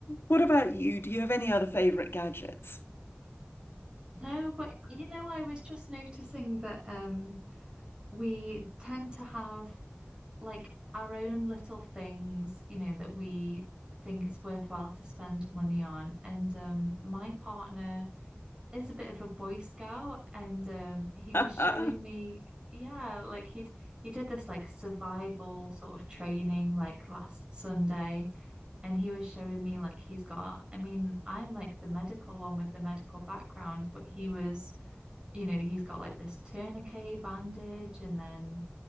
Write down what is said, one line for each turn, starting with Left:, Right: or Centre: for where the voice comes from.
Left: What about you? Do you have any other favorite gadgets?
Right: No, but you know, I was just noticing that um we tend to have like our own little things, you know, that we think it's worthwhile to spend money on. And um, my partner is a bit of a Boy Scout, and um, he was
Left: <laughs>
Right: showing me, yeah, like he'd he did this like survival sort of training like last Sunday, and he was showing me like he's got, I mean, I'm like the medical one with the medical background, but he was you know, he's got like this tourniquet bandage and then